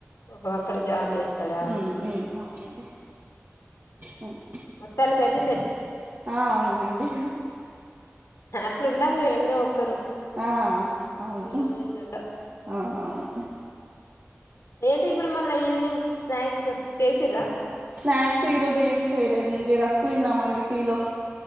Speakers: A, on the left (about 80°); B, on the right (about 55°).
A: ఓహో అక్కడ జాబ్ చేస్తాడా
B: హ్మ్. హ్మ్. అవునండి హ్మ్.
A: మొత్తాని కైతే
B: ఆ అవునండి
A: అట్లా ఉండాలి ఎవరో ఒక్కరు
B: ఆ అవును
A: ఈ రోజులలో
B: అవునవును
A: ఏంటి ఇప్పుడు మళ్ళా ఈవెనింగ్ స్నాక్సు చేసిర్ర
B: స్నాక్స్ ఈ రోజు ఏం చేయలేదుండి రస్కు తిన్నామండి టీ లో